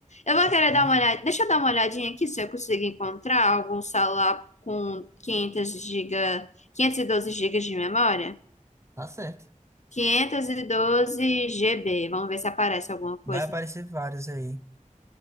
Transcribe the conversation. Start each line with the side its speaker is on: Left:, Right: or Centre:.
Left: Eu
Right: Já
Left: vou
Right: Tá
Left: querer
Right: na
Left: dar
Right: riga.
Left: uma olhada. Deixa eu dar uma olhadinha aqui se eu consigo encontrar algum celular com quinhentos giga... 512 gigas de memória.
Right: Tá certo.
Left: 512 GB. Vamos ver se aparece alguma coisa.
Right: Vai aparecer vários aí.